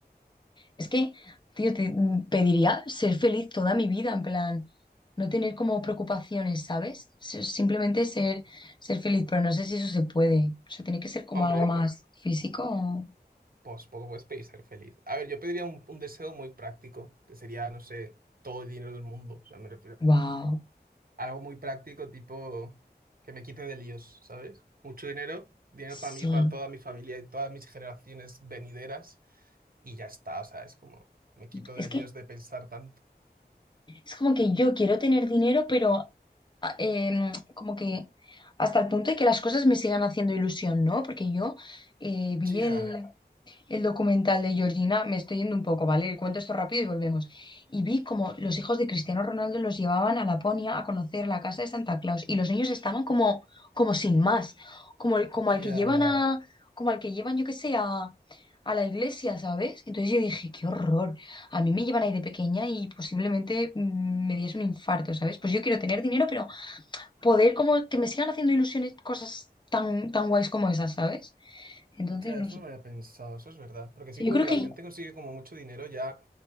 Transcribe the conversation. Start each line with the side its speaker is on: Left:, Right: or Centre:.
Left: Es que, tío, te mm, pediría ser feliz toda mi vida, en plan, no tener como preocupaciones, ¿sabes? Ser- Simplemente ser, ser feliz, pero no sé si eso se puede. O sea, tiene que ser como
Right: Hombre,
Left: algo más
Right: pues,
Left: físico.
Right: pues poco puedes pedir ser feliz. A ver, yo pediría un, un deseo muy práctico, que sería, no sé, todo el dinero del mundo. O sea, me refiero
Left: Wow.
Right: algo muy práctico, tipo que me quite de líos, ¿sabes? Mucho dinero, dinero
Left: Sí.
Right: para mí, para toda mi familia y todas mis generaciones venideras, y ya está, o sea, es como me quito
Left: Es
Right: de
Left: que
Right: líos de pensar tanto.
Left: es como que yo quiero tener dinero, pero a- em, como que hasta el punto de que las cosas me sigan haciendo ilusión, ¿no? Porque yo eh, vi
Right: Ya,
Left: el, el documental de Georgina, me estoy yendo un poco, ¿vale? Cuento esto rápido y volvemos. Y vi como los hijos de Cristiano Ronaldo los llevaban a Laponia a conocer la casa de Santa Claus y los niños estaban como, como sin más, como, el- como al
Right: ya,
Left: que llevan a, como al que llevan, yo qué sé, a, a la iglesia, ¿sabes? Entonces yo dije, qué horror. A mí me llevan ahí de pequeña y posiblemente mm, me diese un infarto, ¿sabes? Pues yo quiero tener dinero, pero poder como que me sigan haciendo ilusiones cosas tan, tan guays como esas, ¿sabes? Entonces,
Right: ya,
Left: no
Right: eso
Left: sé.
Right: no lo había pensado, eso es verdad. Porque sí
Left: Yo
Right: que cuando
Left: creo que,
Right: la gente consigue como mucho dinero, ya,